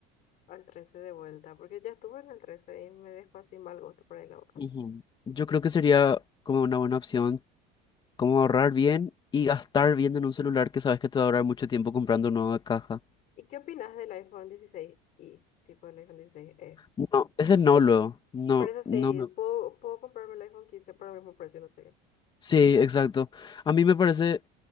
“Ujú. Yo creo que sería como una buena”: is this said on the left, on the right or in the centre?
Left